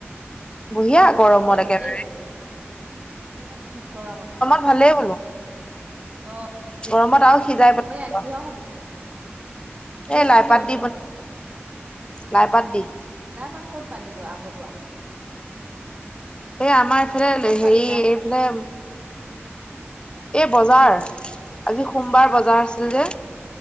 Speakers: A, on the left; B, on the right.
A: বঢ়িয়া
B: অ',
A: গৰমত
B: সেইটো
A: একেবাৰে
B: ভালেই বোলো বঢ়িয়া গৰমত।
A: ভালেই বোলো
B: অ',
A: গৰমত আৰু সিজাই পেল
B: সেয়াই কিহৰ সতি কিহৰ
A: এই লাইপাত
B: সতি বনাব?
A: দি বনাম লাইপাত দি।
B: নাই বাৰু ক'ত পালিগৈ আবৰতোৱা?
A: এই আমাৰ এইফালে
B: ক'ত পালি
A: হেৰি
B: লাই শাক?
A: এইফালে এই বজাৰ আজি সোমবাৰ বজাৰ আছিল যে।